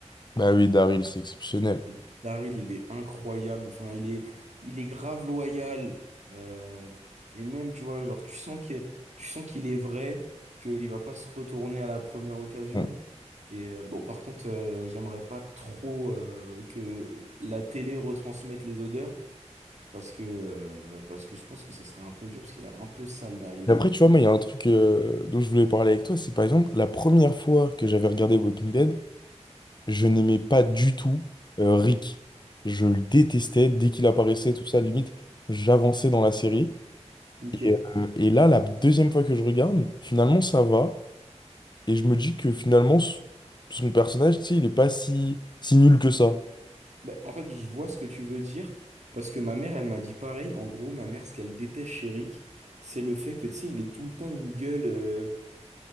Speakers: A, on the left; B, on the right.
A: Bah oui, Daryl, c'est exceptionnel.
B: D- Daryl, il est incroyable. Enfin, il est, il est grave loyal. Euh, et même, tu vois, genre, tu sens que, tu sens qu'il est vrai, qu'il va pas se retourner à la première occasion.
A: Bon.
B: Et euh, bon, par contre, euh, j'aimerais pas trop euh, que la télé retransmette les odeurs, parce que, euh, parce que je pense que ça serait un peu dur, parce qu'il est un peu sale, Daryl,
A: Mais
B: quand
A: après,
B: même.
A: tu vois, moi, il y a un truc euh, dont je voulais parler avec toi, c'est par exemple, la première fois que j'avais regardé Walking Dead, je n'aimais pas du tout euh, Rick. Je le détestais, dès qu'il apparaissait, tout ça, limite, j'avançais dans la série.
B: Ok.
A: Et, euh, et là, la deuxième fois que je regarde, finalement, ça va. Et je me dis que finalement, s- son personnage, tu sais, il est pas si, si nul que ça.
B: Bah, en fait, je vois ce que tu veux dire, parce que ma mère, elle m'a dit pareil. En gros, ma mère, ce qu'elle déteste chez Rick, c'est le fait que, tu sais, il est tout le temps une gueule euh,